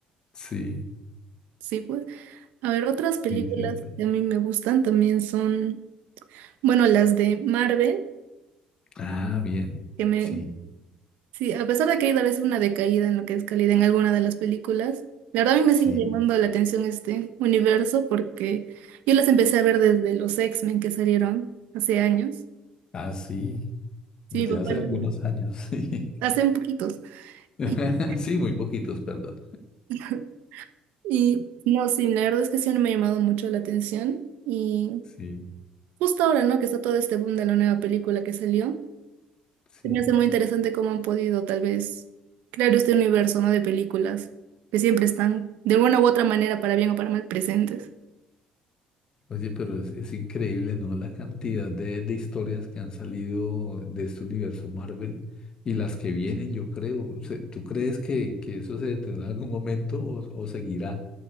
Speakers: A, on the left; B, on the right.
A: Sí,
B: sí, pues. A ver, otras películas
A: sí, cierto.
B: que a mí me gustan también son... Bueno, las de Marvel,
A: Ah, bien.
B: que me...
A: Sí,
B: Sí, a pesar de que hay a veces una decaída en lo que es calidad en alguna de las películas, la verdad a mí me
A: sí.
B: sigue llamando la atención este universo porque yo las empecé a ver desde los X-Men que salieron hace años.
A: Ah, sí.
B: Sí,
A: Ya
B: mi papá,
A: hace
B: las-
A: algunos años, sí.
B: hace un poquitos.
A: <laughs>
B: Y,
A: Sí, muy poquitos, perdón.
B: <laughs> y no, sí, la verdad es que sí no me ha llamado mucho la atención. Y
A: Sí,
B: justo ahora, ¿no? Que está todo este boom de la nueva película que salió.
A: sí.
B: Se me hace muy interesante cómo han podido, tal vez, crear este universo, ¿no? De películas que siempre están, de alguna u otra manera, para bien o para mal, presentes.
A: Oye, pero es, es increíble, ¿no? La cantidad de, de historias que han salido de este universo Marvel y las que vienen, yo creo. Se- ¿Tú crees que, que eso se detendrá en algún momento o, o seguirá?